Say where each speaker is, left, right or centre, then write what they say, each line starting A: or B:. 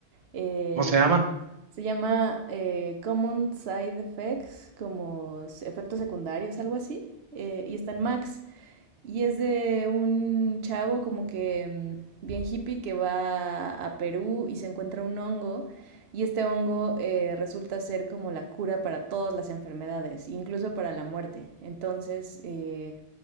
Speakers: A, on the right; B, on the right.
A: Eh,
B: ¿Cómo se llama?
A: Se llama eh, Common Side Effects, como s- efectos secundarios, algo así. eh, y está en Max. Y es de un chavo como que mm, bien hippie que va a Perú y se encuentra un hongo. Y este hongo eh, resulta ser como la cura para todas las enfermedades, incluso para la muerte. Entonces, eh,